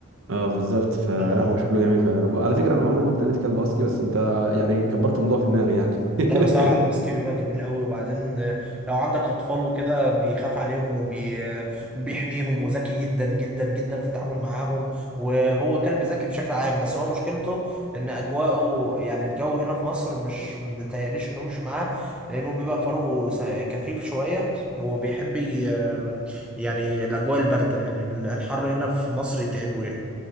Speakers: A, on the right; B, in the centre.
A: اه بالظبط فلا
B: يعني
A: هو شكله جميل فعلا أنا ب- على فكره انا عمري ما اقتنيت كلب هاسكي بس انت يعني كبرت الموضوع في دماغي يعني <laughs>
B: لا بصراحة الهاسكي بيبقى جميل قوي وبعدين آه، لو عندك أطفال وكده بيخاف عليهم وبي... آه، وبيحميهم وذكي جدا جدا جدا في التعامل معاهم وهو كلب ذكي بشكل عام بس هو مشكلته إن أجواءه يعني الجو هنا في مصر مش متهيأليش إنه مش معاه لأنه بيبقى فروه س- كثيف شوية وبيحب ي... آم، يعني الأجواء الباردة يعني الحر هنا في مصر يتعبه يعني